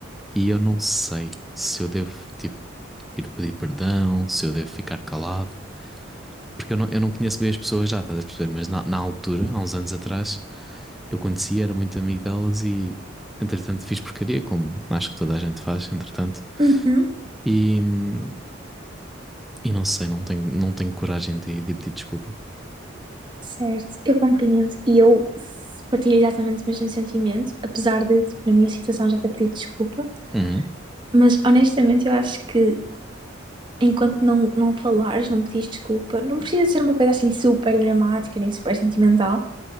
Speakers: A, in the centre; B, on the right.
A: E eu não sei se eu devo, tipo, ir pedir perdão, se eu devo ficar calado. Porque eu não, eu não conheço bem as pessoas já, estás a perceber? Mas na, na altura, há uns anos atrás, eu conhecia, era muito amigo delas e, entretanto, fiz porcaria, como acho que toda a gente faz, entretanto.
B: uhum.
A: E, hum, e não sei, não tenho, não tenho coragem de, de pedir desculpa.
B: Certo, eu compreendo. E eu s- partilho exatamente o mesmo sentimento, apesar de, tipo, na minha situação já ter pedido desculpa.
A: Uhum,
B: Mas honestamente, eu acho que enquanto não, não falares, não pedires desculpa, não precisa ser uma coisa assim super dramática nem super sentimental.